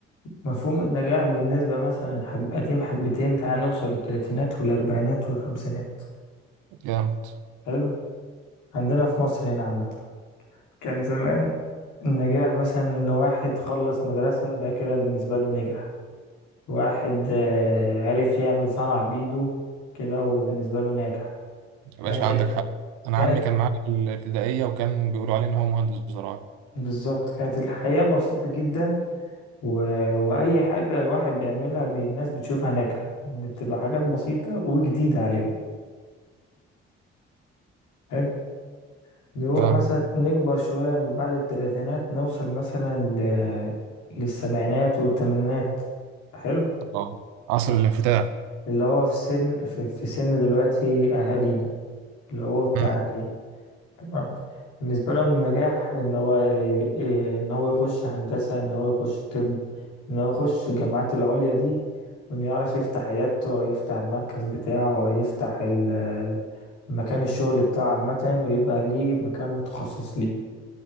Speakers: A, on the left (about 70°); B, on the right (about 80°).
A: مفهوم النجاح بالنسبة مثلا حب... قديم حبتين تعال نوصل للتلاتينات والأربعينات والخمسينات
B: جامد
A: حلو عندنا في مصر هنا عامة كان زمان النجاح مثلا إن واحد خلص مدرسة ده كده بالنسبة له نجح واحد آه، عرف يعمل صنعة بإيده كده هو بالنسبة له ناجح
B: يا
A: كانت
B: باشا عندك حق انا
A: كانت
B: عمي كان معايا في الابتدائية وكان بيقولوا عليه ان هو مهندس زراعي
A: بالظبط كانت الحياة بسيطة جدا و... وأي حاجة الواحد بيعملها بي- الناس بتشوفها ناجحة يعني بتبقى حاجات بسيطة وجديدة عليهم حلو نروح
B: فاهم
A: مثلا نكبر شوية من بعد التلاتينات نوصل مثلا ل... للسبعينات والثمانينات حلو
B: اه عصر الانفتاح
A: اللي هو في سن في, في سن دلوقتي أهالينا اللي هو بتاع
B: امم
A: أهالينا تمام بالنسبة لهم النجاح إن هو ي- ي- إن هو يخش هندسة إن هو يخش طب إن هو يخش الجامعات العليا دي وإنه يعرف يفتح عيادته أو يفتح المركز بتاعه أو يفتح ال- مكان الشغل بتاعه عامة ويبقى ليه مكان متخصص ليه